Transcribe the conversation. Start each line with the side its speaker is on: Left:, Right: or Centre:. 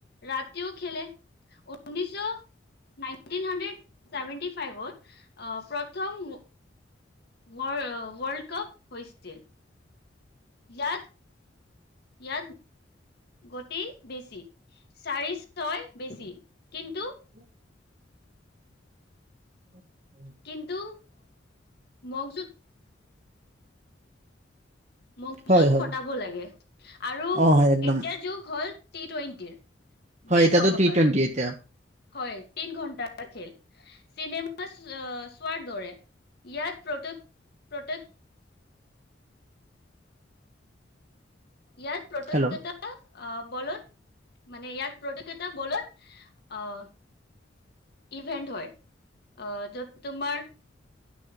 Left: ৰাতিও খেলে। উনৈছশ নাইনটিন হাণ্ড্ৰেড চেভেনটি ফাইভত অ' প্ৰথম ৱৰ্ল্ড কাপ হৈছিল। ইয়াত ইয়াত গতি বেছি, চাৰি, ছয় বেছি, কিন্তু
Right: <inaudible> <inaudible>
Left: কিন্তু মগজুত মগজুত
Right: হয় হয়
Left: খটাব লাগে, আৰু এতিয়াৰ
Right: অ হয় একদম
Left: যুগ হ'ল। টি টুৱেণ্টিৰ,
Right: হয়
Left: বিশ
Right: এতিয়াতো
Left: অভাৰ।
Right: টি টুৱেণ্টি এতিয়া
Left: হয়, তিন ঘণ্টাৰ খেল। চিনেমা চোৱাৰ দৰে, ইয়াত প্ৰত, প্ৰত ইয়াত প্ৰতক্ষতা
Right: হেল্ল'
Left: আহ বলত, মানে ইয়াত প্ৰতেক এটা বলত, আহ ইভেন্ট হয়, আহ য'ত তোমাৰ